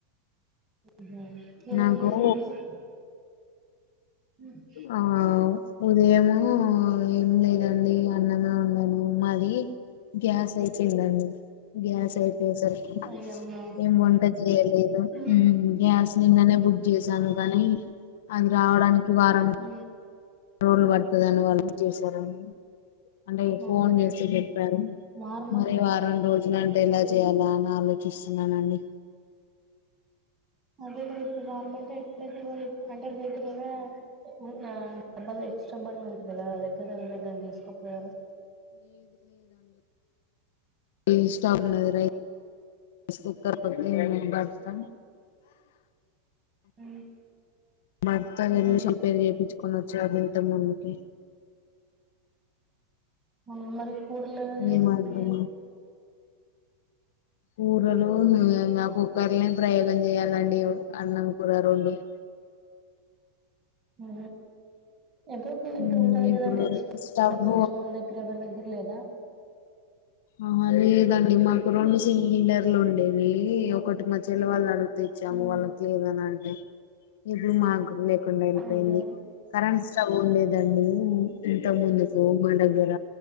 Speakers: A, on the right; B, on the left.
A: ఉమ్ హు కూర
B: నాకు
A: ఏం జేశారండి ఉమ్
B: ఆ ఉదయము ఏం లేదండి అన్నమే వండాను మాది గ్యాస్ అయిపోయిందండి గ్యాస్ అయిపోయేసరికి
A: అయ్యో అవునా
B: ఏం వంట చేయలేదు
A: ఉమ్
B: గ్యాస్ నిన్ననే బుక్ చేసాను కానీ అది రావడానికి వారం
A: ఉ
B: రోజులు పడుతది అని వాళ్ళు చేశారండి అంటే
A: అవునా
B: ఫోన్ చేసి చెప్పారు
A: వారమా
B: మరి వారం రోజు ఇలా అంటే ఎలా చేయాలా అని ఆలోచిస్తున్నానండి
A: అదే గద ఇప్పుడు వార మంత ఎట్ల అయిపోయిందో అంటే దగ్గరేనా ఉ ఆ <unintelligible> కష్టపడిన ఉంటది కదా లెక్క కడి దాని తీసుకుపోరు
B: ఇస్తానరై రైస్ కుక్కర్ తోని మేము బర్తం
A: ఉమ్
B: భర్తగన్ని
A: ఉహు
B: రిపేర్ చెపిచ్చు కొనచ్చ ఇంతకు ముందుకి
A: మ మరి కూరలు ఎలా చేస్తుంది
B: ఏం అర్థమా కూరలు ఆ కుక్కర్ని ప్రయోగం చేయాలండి అన్నం కూర రొండు <inaudible>
A: ఆ ఎవరో ఒకళ దగ్గర
B: మ్
A: ఉంటది
B: ఇప్పుడు
A: కదండి ఎక్స్
B: స్టవ్
A: తెలిసిన వాళ్ళ దగ్గర ఎవరి దగ్గర లేదా
B: అ లేదా మీకు మనకు రెండు సిలిండర్లు ఉండేవి ఒకటి మా చెల్లి వాళ్ళు అడు ఇచ్చాము
A: మ్మ్.
B: వాళ్ళకి లేదని అంటే ఇప్పుడు మాకు లేకుండా ఎల్లిపోయింది
A: అయ్యో
B: కరెన్స్ సగు ఉండేదండి ఇంతకు ముందుకు మా దగ్గర